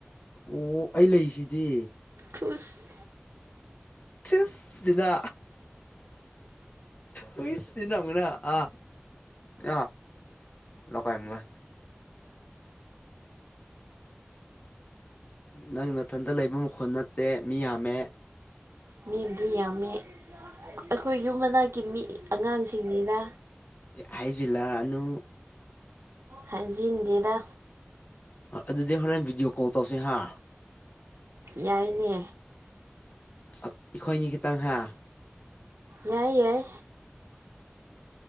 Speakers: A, on the left; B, on the right.
A: ꯑꯣ ꯑꯩ ꯂꯩꯁꯤꯗꯤ
B: ꯆꯁ
A: ꯆꯁ ꯅ ꯍꯏꯁ ꯅ ꯑꯃꯅ ꯑ ꯑ ꯂꯀ ꯑꯃꯒ ꯅꯪ ꯅꯥꯊꯟꯇ ꯂꯩꯕ ꯃꯈꯨꯜ ꯅꯠꯇꯦ ꯃꯤ ꯌꯥꯝꯃꯦ
B: ꯃꯤꯕꯨꯗꯤ ꯌꯥꯝꯃꯦ ꯑꯩꯈꯣꯏ ꯌꯨꯝ ꯃꯅꯥꯛꯀꯤ ꯃꯤ ꯑꯉꯥꯡꯁꯤꯡꯅꯤꯅ
A: ꯍꯥꯏꯖꯩꯜꯂꯅꯨ
B: ꯍꯥꯏꯖꯤꯟ ꯗꯦꯗ
A: ꯑꯗꯨꯗꯤ ꯍꯣꯔꯦꯟ ꯚꯤꯗꯤꯑꯣ ꯀꯣꯜ ꯇꯧꯁꯦ ꯍꯥ
B: ꯌꯥꯏꯅꯦ
A: ꯑꯩꯈꯣꯏꯅꯤ ꯈꯤꯇꯪ ꯍꯥꯏ
B: ꯌꯥꯏ ꯌꯥꯏ